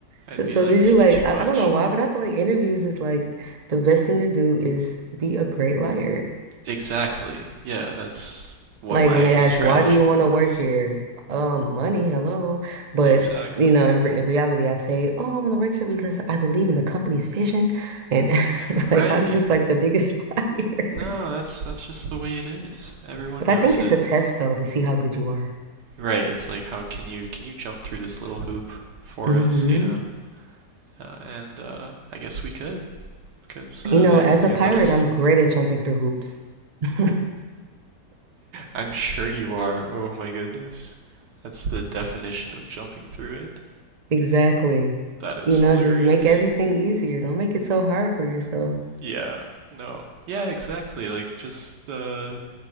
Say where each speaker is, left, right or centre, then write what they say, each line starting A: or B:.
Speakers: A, on the right (about 85°); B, on the right (about 40°).
A: I'd
B: So, so
A: be like
B: did
A: this
B: you
A: is
B: like,
A: too
B: I,
A: much.
B: I don't know why, but I feel like interviews is like the best thing to do is be a great liar.
A: Exactly. Yeah, that's what
B: Like
A: my
B: when they ask,
A: strategy
B: why do you
A: was.
B: want to work here? Um, money, hello. But,
A: Exactly.
B: you know, in, re in reality, I say, oh, I want to work here because I believe in the company's vision. And <laughs>
A: Right.
B: like, I'm just like the biggest <laughs> liar.
A: No, that's that's just the way it is. Everyone
B: But
A: knows
B: I think it's
A: it.
B: a test though to see how good you are.
A: Right. It's like how can you can you jump through this little hoop for
B: hmm
A: us, you know? Uh, and uh I guess we could because uh,
B: You know,
A: they
B: as
A: they
B: a pirate,
A: let us
B: I'm
A: in.
B: great at jumping through hoops. <laughs>
A: I'm sure you are. Oh my goodness. That's the definition of jumping through it.
B: Exactly.
A: That is
B: You know,
A: hilarious.
B: just make everything easier. Don't make it so hard for yourself.
A: Yeah, no. Yeah, exactly. Like, just, uh,